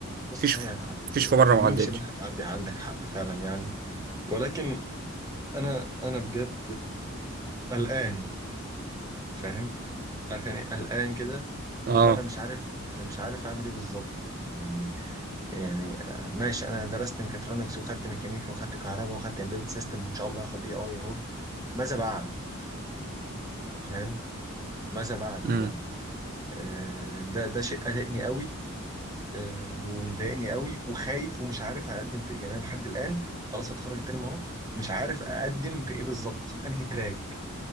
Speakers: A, on the right; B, on the right.
A: بص
B: مفيش
A: هي هتعدي
B: مفيش في مره
A: يمين
B: ما عدتش
A: شمال هتعدي عندك حق فعلا يعني ولكن انا انا بجد قلقان فاهم عارف يعني إيه قلقان كده
B: اه
A: اللي هو انا مش عارف انا مش عارف اعمل ايه بالظبط يعني يعني يعني آه، ماشي انا درست ميكاترونكس وخدت ميكانيكا وخدت كهرباء وخدت امبيدد سيستم وان شاء الله هاخد اي اي اهو ماذا بعد فاهم ماذا بعد
B: امم
A: بجد آه، ده ده شيء قلقني قوي آه، ومضايقني قوي وخايف ومش عارف اقدم في ايه يعني انا لحد الان خلاص هتخرج الترم اهو مش عارف اقدم في ايه بالظبط انهي تراك